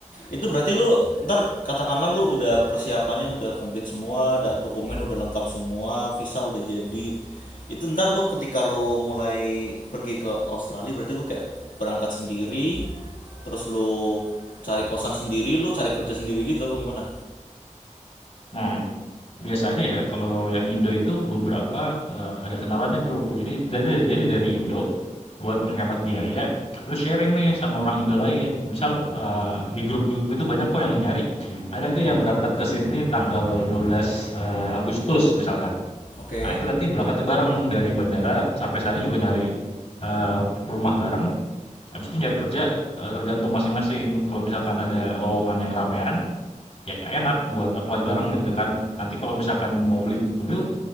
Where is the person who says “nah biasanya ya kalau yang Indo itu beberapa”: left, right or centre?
Left